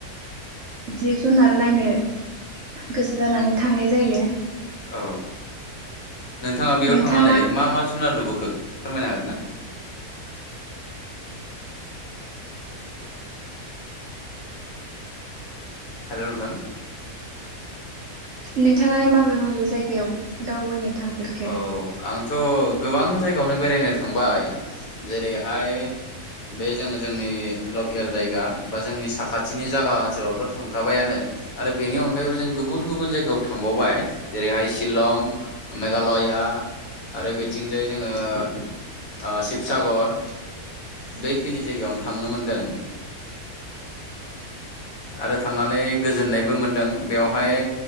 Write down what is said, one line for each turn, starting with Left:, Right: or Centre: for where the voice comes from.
Right: जिब जुनार नायनो गोसो जानानै थांनाय जायो।
Left: औ नोंथाङा बेयाव
Right: नोंथाङा
Left: थांनानै मा मा जुनार नुबोखो खो फोरमायनो हागोन ना? हेल' नोंथां
Right: नोंथाङालाय माबे माबे जायगायाव दावबायनो थांफेरखो
Left: औ आं थ' गोबां जायगायावनो बेरायनो थांबाय जेरैहाय बे जोङो जोंनि लकेल जायगा बा जोंनि साखाथिनि जायगा ओनसोलावथ' थांखाबायानो आरो बेनि अनगायैबो जों गुबुन गुबुन जायगायाव थांबावबाय जेरैहाय - शिलं, मेघालया आरो बिथिंजाय जोङो शिबसागर बेखिनि जायगायाव थांनो मोनदों आरो थांनानै गोजोननायबो मोनदों बेयावहाय